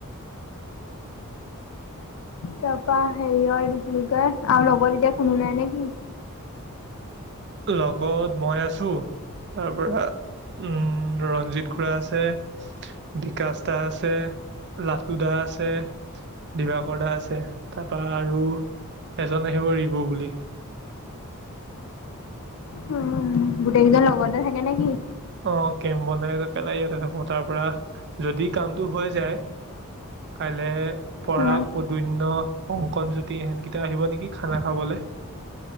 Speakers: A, on the left; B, on the right.
A: তাপা হেৰি আৰু কি বুলি কয়, লগৰ এতিয়া কোনো নাই নেকি?
B: লগত মই আছো, তাৰ পৰা উম ৰঞ্জিত খুৰা আছে, বিকাশ দা আছে, লাটো দা আছে, দিবাকৰ দা আছে, তাৰপা আৰু এজন আহিব ৰিবু বুলি।
A: উম, গোটেইকেইজন লগৰতে থাকে নেকি?
B: অ কেম্প বনাই পেলাই ইয়াতে থাকো। তাৰ পৰা যদি কামটো হৈ যায়, কাইলে পৰাগ,
A: উম,
B: পদুন্য, কংকনজ্যোতি, সেইকেইটা আহিব নেকি খানা খাবলৈ।